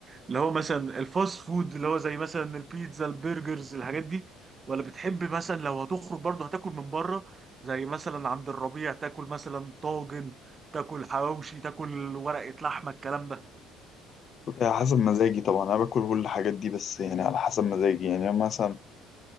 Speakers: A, on the right; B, on the left.
A: اللي هو مثلا الفاست فود اللي هو زي مثلا البيتزا البرجرز الحاجات دي ولا بتحب مثلا لو هتخرج برضه هتاكل من بره زي مثلا عند الربيع تاكل مثلا طاجن تاكل حواوشي تاكل ورقه لحمه الكلام ده
B: على حسب مزاجي طبعا أنا باكل كل الحاجات دي بس يعني على حسب مزاجي يعني أنا مثلا